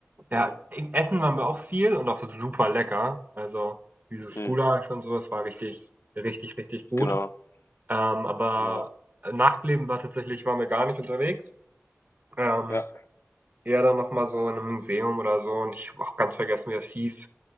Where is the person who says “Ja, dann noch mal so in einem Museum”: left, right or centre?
Right